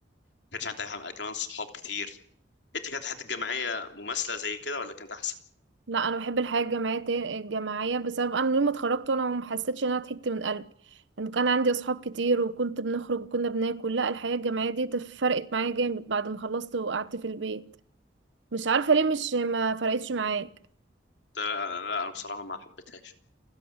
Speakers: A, on the left; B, on the right.
A: ما كانش عندي ح- كمان صحاب كتير انت كانت حياتك الجامعيه مماثله زي كده ولا كانت احسن
B: لا انا بحب الحياة الجماعية تا- الجماعية بسبب انا يوم ما اتخرجت وانا ما حسيتش ان انا ضحكت من قلبي ان كان عندي اصحاب كتير وكنت بنخرج وكنا بناكل لا الحياة الجماعية دي تف- فرقت معايا جامد بعد ما خلصت وقعدت في البيت مش عارفة ليه مش ما فرقتش معاك
A: لا لا لا، انا بصراحه ما حبيتهاش